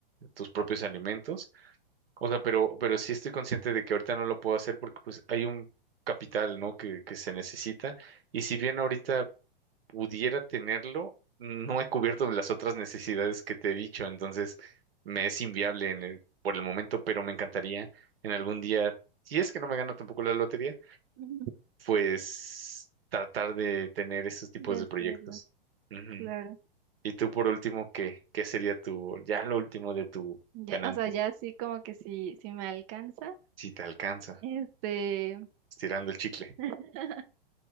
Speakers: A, on the right; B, on the right.
A: tus propios alimentos o sea, pero, pero sí estoy consciente de que ahorita no lo puedo hacer porque pues hay un capital, ¿no? Que, que se necesita. Y si bien ahorita pudiera tenerlo, no he cubierto las otras necesidades que te he dicho, entonces me es inviable en el- por el momento, pero me encantaría en algún día, si es que no me gano tampoco la lotería,
B: <laughs>
A: pues tratar de tener esos tipos
B: de
A: de
B: hacerlo,
A: proyectos. Ujú.
B: claro.
A: Y tú por último, ¿qué, qué sería tu, ya lo último de tu
B: Ya,
A: ganancia,
B: o sea, ya sí como que sí, sí me alcanza.
A: si te alcanza,
B: Este,
A: estirando el chicle?
B: <laughs>